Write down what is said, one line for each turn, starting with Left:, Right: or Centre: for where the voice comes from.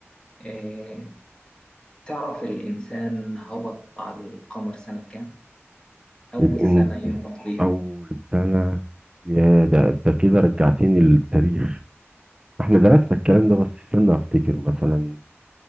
Left: آه، تعرف الإنسان هبط على القمر سنة كام؟ أول
Right: الانت
Left: سنة يهبط بيها
Right: اول سنة يا ده انت كده رجعتني للتاريخ احنا درسنا الكلام ده بس استنى افتكر مثلا